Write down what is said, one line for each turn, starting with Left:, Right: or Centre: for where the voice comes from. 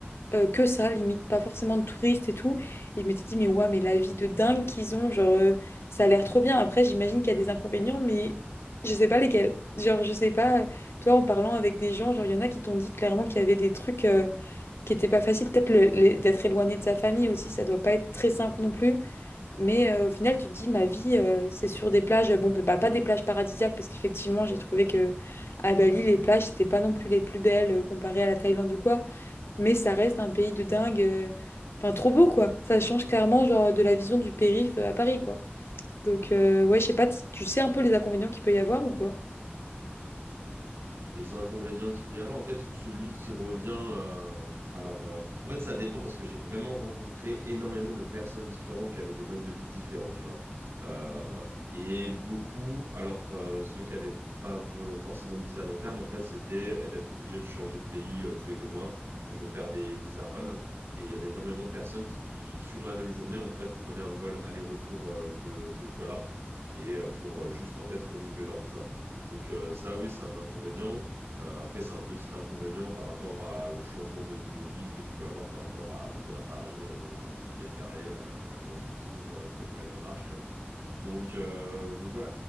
Left: euh, que ça, limite, pas forcément de touristes et tout. Et je m'étais dit, mais ouais, mais la vie de dingue qu'ils ont, genre, euh, ça a l'air trop bien. Après, j'imagine qu'il y a des inconvénients, mais je sais pas lesquels. Genre, je sais pas, toi, en parlant avec des gens, genre, il y en a qui t'ont dit clairement qu'il y avait des trucs euh, qui étaient pas faciles. Peut-être le- les- d'être éloigné de sa famille aussi, ça doit pas être très simple non plus. Mais euh, au final, tu te dis, ma vie, euh, c'est sur des plages, bon, bah, pas des plages paradisiaques, parce qu'effectivement, j'ai trouvé que à Bali, les plages, c'était pas non plus les plus belles euh, comparées à la Thaïlande ou quoi, mais ça reste un pays de dingue, euh, enfin, trop beau, quoi. Ça change clairement, genre, de la vision du périph' euh, à Paris, quoi. Donc, euh, ouais, je sais pas, t- tu sais un peu les inconvénients qu'il peut y avoir ou quoi?
Right: euh, les inconvénients qu'il peut y avoir. En fait, celui qui revient, euh, alors, euh, en fait, ça dépend parce que j'ai vraiment rencontré énormément de personnes différentes qui avaient des modes de vie différents, tu vois. Euh, et beaucoup, alors, euh, ceux qui avaient pas euh, forcément de visa à long terme, en fait, c'était d'être obligé de changer de pays euh, tous les deux mois, donc de faire des visa run. Et il y avait énormément de personnes qui, sur la même journée, en fait, prenaient un vol aller-retour euh, de, de Kuala et euh, pour euh, juste en fait renouveler leur visa. Donc euh, ça, oui, c'est un inconvénient. Euh, après, c'est un petit inconvénient par rapport à- au changement de niveau de vie que tu peux avoir par rapport à vivre à Paris euh, dans un 18 mètres carrés, euh, dans une tour euh, près de la Grande Arche. tu donc, euh, donc ouais.